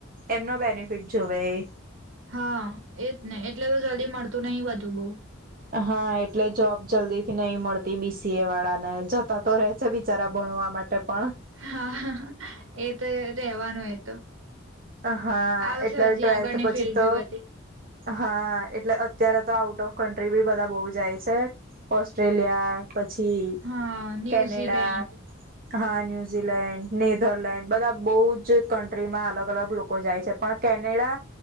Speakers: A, on the right; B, on the right.
A: એમનો બેનિફિટ જુવે એ
B: હા એજ ને એટલે તો જલ્દી મળતું નહી બધું બઉ
A: હા એટલે જોબ જલ્દી નહી મળતી બીસીએ વાળાને જતા તો રહે છે બિચારા ભણવા માટે પણ
B: હા હા એ રેવાનું એ તો
A: હા
B: આવશે
A: એટલે
B: હજી
A: ટ્વેલ્થ
B: આગળની
A: પછી
B: ફિલ્ડ
A: તો
B: બી બધી
A: હા એટલે અત્યારે તો આઉટ ઓફ કન્ટ્રી બી બધા બહુ જાય છે, ઓસ્ટ્રેલિયા પછી
B: હા ન્યુઝીલેન્ડ
A: કેનેડા હા ન્યુઝીલેન્ડ, નેધરલેન્ડ બધા બહુ જ કન્ટ્રી માં અલગ અલગ લોકો જાય છે પણ કેનેડા